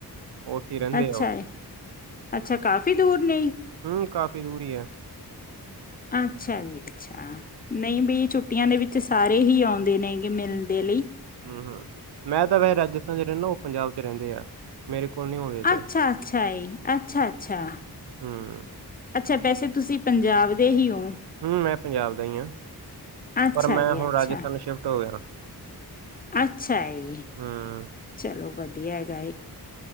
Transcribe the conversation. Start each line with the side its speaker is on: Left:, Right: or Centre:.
Right: ਉੱਥੇ ਰਹਿੰਦੇ
Left: ਅੱਛਾ
Right: ਆ ਉਹ ।
Left: ਅੱਛਾ ਕਾਫ਼ੀ ਦੂਰ ਨੇ
Right: ਹਮ ਕਾਫੀ ਦੂਰੀ ਏ।
Left: <unintelligible> ਅੱਛਾ ਜੀ ਅੱਛਾ ਨਹੀਂ ਵੀ ਛੁੱਟੀਆਂ ਦੇ ਵਿੱਚ ਸਾਰੇ ਹੀ ਆਉਂਦੇ ਨੇ ਗੇ ਮਿਲਣ ਦੇ ਲਈ।
Right: ਹਮ -ਹਮ ਮੈਂ ਤਾਂ ਵੈ ਰਾਜਸਥਾਨ ਚ ਰਹਿੰਦਾ। ਉਹ ਪੰਜਾਬ ਚ ਰਹਿੰਦੇ ਆ। ਮੇਰੇ ਕੋਲ ਨਹੀਂ ਆਉਂਦੇ ਇੱਧਰ
Left: ਅੱਛਾ-ਅੱਛਾ ਏ, ਅੱਛਾ-ਅੱਛਾ
Right: ਹੂੰ,
Left: ਅੱਛਾ ਵੈਸੇ ਤੁਸੀਂ ਪੰਜਾਬ ਦੇ ਹੀ ਹੋ
Right: ਹਮ ਮੈਂ ਪੰਜਾਬ ਦਾ ਹੀ ਹਾਂ
Left: ਅੱਛਾ
Right: ਪਰ ਮੈਂ
Left: ਜੀ
Right: ਹੁਣ
Left: ਅੱਛਾ
Right: ਰਾਜਸਥਾਨ ਸ਼ਿਫਟ ਹੋ ਗਿਆ।
Left: ਅੱਛਾ ਏ,
Right: ਹੂੰ,
Left: ਚਲੋ ਵਧੀ ਧੀਆਂ ਹੈਗਾ,